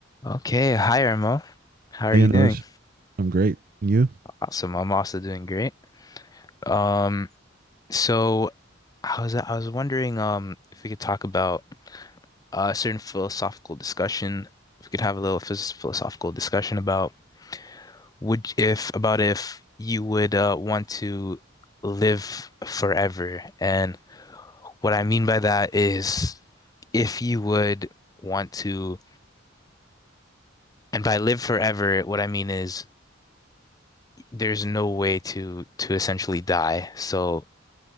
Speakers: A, on the left; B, on the right.
A: Okay, hi Irma. How are
B: Hey,
A: you
B: Anoj,
A: doing?
B: I'm great. And you?
A: Awesome. I'm also doing great. Um, so I was I was wondering um if we could talk about uh, a certain philosophical discussion. If we could have a little phys philosophical discussion about would if about if you would uh, want to live forever. And what I mean by that is if you would want to, and by live forever, what I mean is there's no way to to essentially die. So